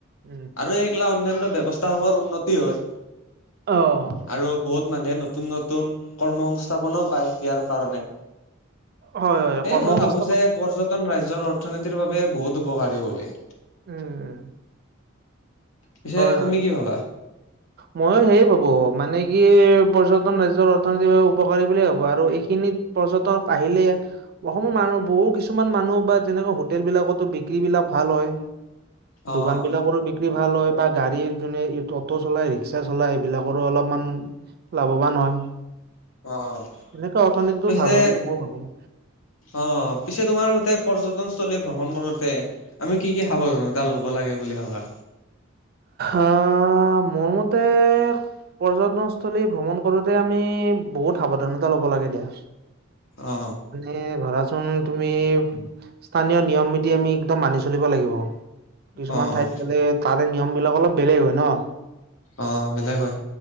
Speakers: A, on the right (about 50°); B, on the left (about 75°).
A: উম,
B: আৰু এইগিলা অন্যান্য ব্যবস্থা সমূহৰ উন্নতি হয়।
A: অ'।
B: আৰু বহুত মানুহে নতুন নতুন কৰ্ম সংস্থাপনো পায় ইয়াৰ কাৰণে।
A: হয়, হয়,
B: এ
A: কৰ্মসংস্থাপন
B: মই ভাবো যে পৰ্যটন ৰাজ্যৰ অৰ্থনীতিৰ বাবে বহুত উপকাৰী বুলি।
A: উম।
B: পিছে
A: হয়,
B: তুমি
A: হয়।
B: কি ভবা?
A: ময়ো সেয়ে ভাবো মানে কি পৰ্যটন ৰাজ্যৰ অৰ্থনীতিৰ উপকাৰী বুলিয়েই ভাবো আৰু এইখিনিত- পৰ্যটক আহিলে- অসমৰ মানুহ বহু কিছুমান মানুহ বা তেনেকুৱা হোটেল বিলাকতো বিক্ৰী বিলাক ভাল হয়। দোকান
B: অ',
A: বিলাকৰো বিক্ৰী ভাল হয় বা গাড়ীৰ যোনে ত- চলাই ৰিক্সা চলাই এইবিলাকৰো অলপমান লাভৱান হয়।
B: অ',
A: এনেকা অৰ্থনীতিটো
B: পিছে
A: ভাল বুলি মই ভাবো।
B: অ পিছে তোমাৰ মতে পৰ্যটনস্থলী ভ্ৰমণ কৰোতে। আমি কি কি সাৱধানতা ল'ব লাগে বুলি ভাবা।
A: আহ মোৰ মতে- পৰ্যটনস্থলীৰ ভ্ৰমণ কৰোতে আমি বহুত সাৱধানতা লব লাগে দিয়া।
B: অ
A: এ ধৰাচোন তুমি স্থানীয় নিয়ম নীতি আমি একদম মানি চলিব লাগিব। কিছুমান
B: অ',
A: ঠাইত গলে তাৰে নিয়ম বিলাক অলপ বেলেগ হয় ন'।
B: অ' বেলেগ হয়।